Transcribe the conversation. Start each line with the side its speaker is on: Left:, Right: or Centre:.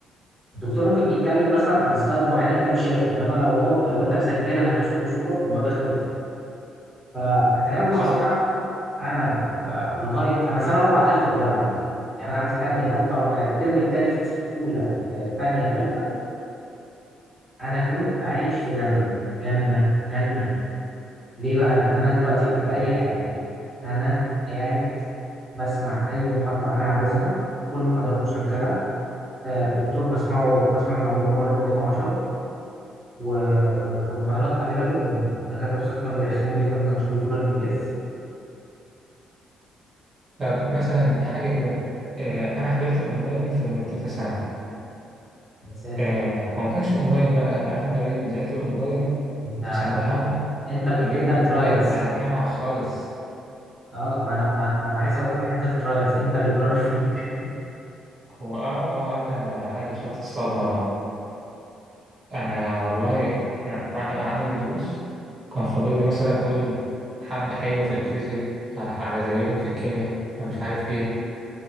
Centre: الدكتور ممكن بيتكلم مثلا عن سلايد معينه انت مش شايفها انما لو هو لو انت مسجلها كصوت وصوره الموضوع بيختلف فاكلمك بصراحه
Right: حصل
Centre: انا آه لغايه انا سنه رابعه اتلغت الاونلاين عندي يعني انا قعدت تانية تالتة را- آه، الترم التاني في اولى آه، تانية تالتة انا كنت عايش في جنه جنه جنه ليه بقى لان انا دلوقتي قبل اي حاجه انا قاعد بسمع اي محاضره انا عاوزها كل المحاضرات مسجله آه، الدكتور بسمعه بسمع معلومه مره واثنين وعشرة و... و... والمحاضرات افيلابل لان الدكاتره بصراحه كانوا بيرخموا جدا ما كانوش بيدونا البي دي اف
Right: طب مثلا حاجة كده آه أنا حضرت الأونلاين في تالتة ثانوي
Centre: يا ساتر
Right: آه هو ما كانش أونلاين بقى عارف أنت إيه بداية الأونلاين
Centre: انت
Right: في
Centre: انت
Right: ثانوية عامة
Centre: انت ال-
Right: غير
Centre: انت الترايلز
Right: الأونلاين بتاع الجامعة خالص
Centre: اه ما انا ما, ما انا عايز اقول لك على- انت الترايلز انت اللي تجرب فيك
Right: هو آه آه أنا أنا اللي خدت الصدمة بقى أنا والله إحنا بعد ما قعدنا من الدروس كان فاضل لي مثلا أقول حبة حلوة في الفيزياء أروح على زيهم في الكيمياء أنا مش عارف إيه